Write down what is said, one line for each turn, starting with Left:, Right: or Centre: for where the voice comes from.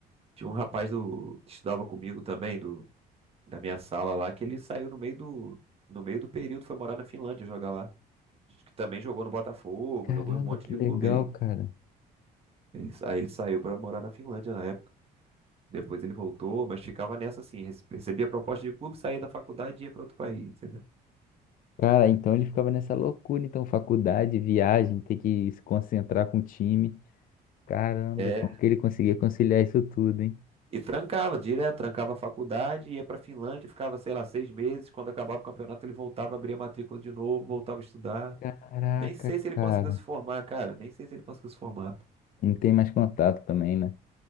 Right: Tinha um rapaz do, que estudava comigo também, do, da minha sala lá, que ele saiu no meio do, no meio do período, foi morar na Finlândia jogar lá. Que também jogou no Botafogo,
Left: Caramba,
Right: jogou em um monte
Left: que
Right: de
Left: legal,
Right: clube aí.
Left: cara.
Right: Ele, aí ele saiu pra morar na Finlândia na época. Depois ele voltou, mas ficava nessa assim, rece- recebia proposta de clube, saía da faculdade e ia pra outro país, entendeu?
Left: Cara, então ele ficava nessa loucura, então, faculdade, viagem, ter que se concentrar com o time. Caramba,
Right: É,
Left: como que ele conseguia conciliar isso tudo, hein?
Right: e trancava, direto, trancava a faculdade, ia pra Finlândia, ficava, sei lá, seis meses. Quando acabava o campeonato, ele voltava, abria a matrícula de novo, voltava a estudar.
Left: Caraca,
Right: Nem sei se ele
Left: cara.
Right: conseguiu se formar, cara. Nem sei se ele conseguiu se formar.
Left: Não tem mais contato também, né?